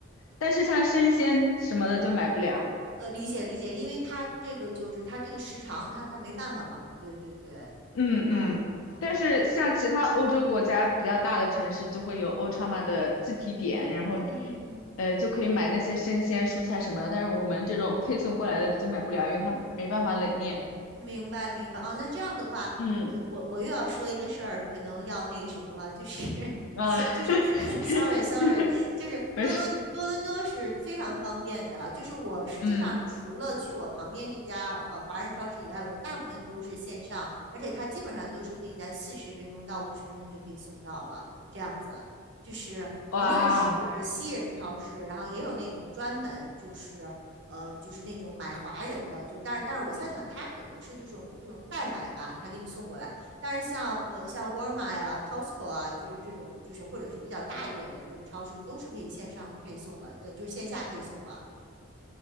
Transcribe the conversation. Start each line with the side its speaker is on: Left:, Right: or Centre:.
Left: 但是像生鲜什么的就买不了，
Right: 呃，理解理解，因为他这个就是他这个时长他他没办法嘛。对对对，
Left: 嗯嗯，
Right: 啊哦，
Left: 但是像其他欧洲国家比较大的城市就会有欧超嘛的自提点，然后
Right: 嗯嗯嗯嗯，
Left: 呃就可以买那些生鲜蔬菜什么的，但是我们这种配送过来的就买不了，因为它没办法冷链，
Right: 明白明白。哦，那这样的话，
Left: 嗯
Right: 呃，我我又要说一个事儿，可能要那个什么了，就是 <laughs>
Left: 啊，<laughs>
Right: 就是 <laughs> sorry sorry，就是多伦多伦多是非常方便的啊。
Left: 没事，
Right: 就是我实际上除了去我旁边这家呃华人超市以外，
Left: 嗯，
Right: 我大部分都是线上，而且它基本上都是可以在四十分钟到五十分钟就可以送到了，这样子。就是无论是西人超市，
Left: 哇。
Right: 然后也有那种专门就是呃就是那种买华人的，就是但是但是我猜想他可能是这种这种代买吧，他给你送过来。但是像呃像沃尔玛呀、Costco 啊，就是这种就是或者是比较大一点的这种超市，都是可以线上配送了，呃，就是线下配送了。